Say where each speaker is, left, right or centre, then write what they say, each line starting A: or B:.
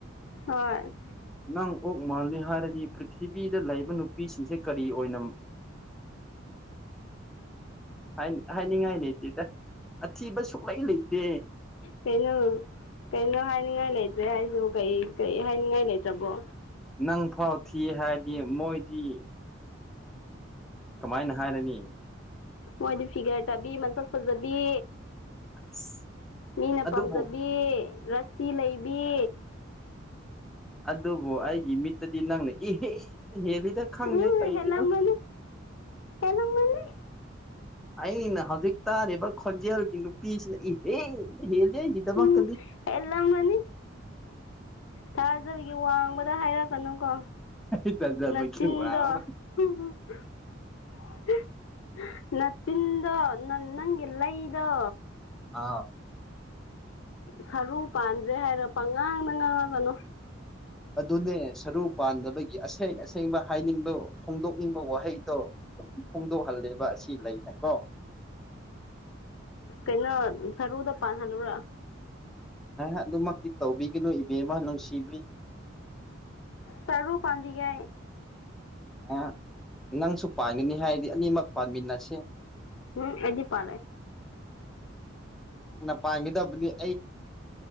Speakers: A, on the left; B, in the centre.
A: ꯍꯣꯏ
B: ꯅꯪ ꯑꯣꯛ ꯃꯥꯜꯂꯤ ꯍꯥꯏꯔꯗꯤ ꯄ꯭ꯔꯤꯊꯤꯕꯤꯗ ꯂꯩꯕ ꯅꯨꯄꯤꯁꯤꯡꯁꯦ ꯀꯔꯤ ꯑꯣꯏꯅ <unintelligible> ꯍꯥꯏꯅꯤꯡꯉꯥꯏ ꯂꯩꯇꯦꯗ ꯑꯊꯤꯕ ꯁꯨꯛꯂꯩ ꯂꯩꯇꯦ
A: ꯀꯩꯅꯩꯅꯣ ꯀꯩꯅꯣ ꯍꯥꯏꯅꯤꯡꯉꯥꯏ ꯂꯩꯇ꯭ꯔꯦ ꯑꯩꯁꯨ ꯀꯩ ꯀꯔꯤ ꯍꯥꯏꯅꯤꯡꯉꯥꯏ ꯂꯩꯇ꯭ꯔꯕꯣ
B: ꯅꯪ ꯐꯥꯎ ꯊꯤ ꯍꯥꯏꯔꯗꯤ ꯃꯣꯏꯗꯤ ꯀꯃꯥꯏꯅ ꯍꯥꯏꯔꯅꯤ
A: ꯃꯣꯏꯗꯤ ꯐꯤꯒꯔ ꯇꯥꯕꯤ ꯃꯁꯛ ꯐꯖꯕꯤ
B: ꯑꯁ
A: ꯃꯤꯅ
B: ꯑꯗꯨꯕꯨ
A: ꯄꯥꯝꯖꯕꯤ ꯔꯁꯤ ꯂꯩꯕꯤ
B: ꯑꯗꯨꯕꯨ ꯑꯩꯒꯤ ꯃꯤꯠꯇꯗꯤ ꯅꯪꯅ ꯏ ꯍꯦꯜꯂꯤꯗ ꯈꯥꯡꯒ
A: ꯎꯝ
B: ꯂꯩ ꯀꯥꯏꯒꯤ
A: ꯍꯦꯜꯂꯝꯃꯅꯤ
B: ꯅ
A: ꯍꯦꯜꯂꯝꯃꯅꯤ
B: ꯑꯩꯅ ꯍꯧꯖꯤꯛ ꯇꯥꯔꯤꯕ ꯈꯣꯟꯖꯦꯜꯒꯤ ꯅꯨꯄꯤꯁꯤꯅ ꯏꯍꯦ ꯂꯩ ꯗ ꯃ
A: ꯎꯝ
B: ꯀꯗꯤ
A: ꯍꯦꯜꯂꯝꯃꯅꯤ ꯊꯥꯖꯕꯤꯒꯤ ꯋꯥꯡꯕꯗ ꯍꯥꯏꯔꯛꯀꯅꯨꯀꯣ
B: ꯑꯩ ꯇꯟꯖꯕꯒꯤ
A: ꯅꯅꯥꯆꯤꯡꯗ
B: ꯋꯥ ꯑꯃ
A: ꯆꯤꯟꯗꯣ ꯅꯪ ꯅꯪꯒꯤ ꯂꯩꯗꯣ
B: ꯑꯥꯎ
A: ꯁꯔꯨ ꯄꯥꯟꯗ꯭ꯔꯦ ꯍꯥꯏꯔ ꯄꯉꯥꯡꯅ ꯉꯥꯡꯉꯒꯅꯨ
B: ꯑꯗꯨꯅꯦ ꯁꯔꯨ ꯄꯥꯟꯗꯕꯒꯤ ꯑꯁꯦꯡ ꯑꯁꯦꯡꯕ ꯍꯥꯏꯅꯤꯡꯕ ꯐꯣꯡꯗꯣꯛꯅꯤꯡꯕ ꯋꯥꯍꯩꯗꯣ ꯑꯗꯨꯝ ꯐꯣꯡꯗꯣꯛꯍꯜꯂꯦꯕ ꯑꯁꯤ ꯂꯩꯅꯦꯀꯣ
A: ꯀꯩꯅꯣ ꯁꯔꯨꯗ ꯄꯥꯟꯍꯜꯂꯨꯔ
B: ꯑꯗꯨꯃꯛꯇꯤ ꯇꯧꯕꯤꯒꯅꯨ ꯃ ꯅꯅꯨꯡꯁꯤꯕꯤ
A: ꯁꯔꯨ ꯄꯥꯟꯕꯤꯒꯦ ꯑꯩ
B: ꯑ ꯅꯪꯁꯨ ꯄꯥꯟꯒꯅꯤ ꯍꯥꯏꯔꯗꯤ ꯑꯅꯤꯃꯛ ꯄꯥꯟꯃꯤꯟꯅꯁꯦ
A: ꯎꯝ ꯑꯦꯗꯤ ꯄꯔꯦ
B: ꯄꯥꯡꯉꯤꯗꯕꯅꯤ